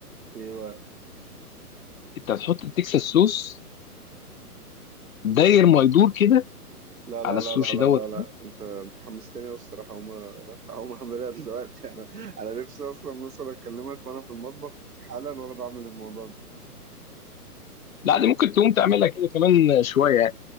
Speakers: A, on the right; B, on the left.
A: ايوه
B: أنت هتحط التكساس صوص داير ما يدور كده
A: لا لا
B: على السوشي
A: لا لا لا
B: دوت
A: لا لا انت انت حمستني أوي الصراحه هقوم هقوم اعملها دلوقتي <laughs> انا انا نفسي اصلا مثلا اكلمك وانا في المطبخ حالا وانا بعمل الموضوع ده
B: لا
A: اه
B: دي ممكن تقوم تعملها كده كمان شويه يعني